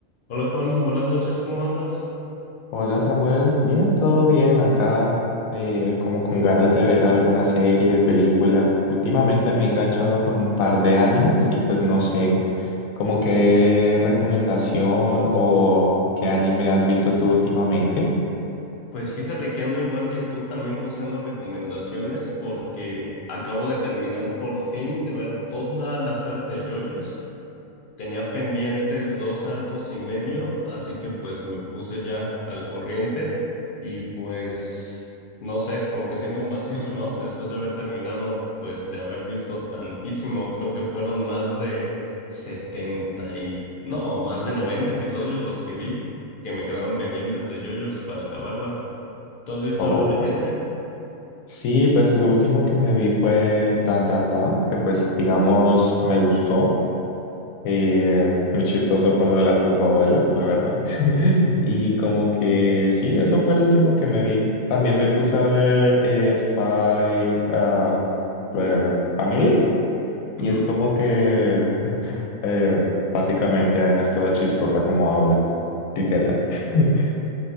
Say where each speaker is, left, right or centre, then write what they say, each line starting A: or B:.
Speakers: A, on the left; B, on the left.
A: Hola Juan, buenas noches, ¿cómo andas?
B: Hola Samuel, bien, todo bien acá, eh, como con ganas de ver alguna serie, película. Últimamente me he enganchado con un par de animes y pues no sé, como qué recomendación o qué anime has visto tú últimamente.
A: Pues fíjate que ando igual que tú, también buscando recomendaciones porque acabo de terminar por fin de ver toda la saga de JoJo's Tenía pendientes dos arcos y medio, así que pues me puse ya al corriente y pues no sé, como que siento un vacío, <laughs> ¿no? Después de haber terminado, pues de haber visto tantísimo, creo que fueron más de 70 y no, más de 90 episodios los que vi que me quedaban pendientes de JoJo's para acabarla. ¿Tú has visto
B: Oh,
A: algo reciente?
B: sí, pues lo último que me vi fue Dan Dan Dan, que pues digamos me gustó. Y eh, muy chistoso con lo de la turboabuela, la verdad. <laughs> Y como que sí, eso fue lo último que me vi. También me puse a ver eh, Spy ah, eh, Family.
A: Ujú.
B: Y es como que <laughs> eh, básicamente Anya es toda chistosa como habla, literal. <laughs>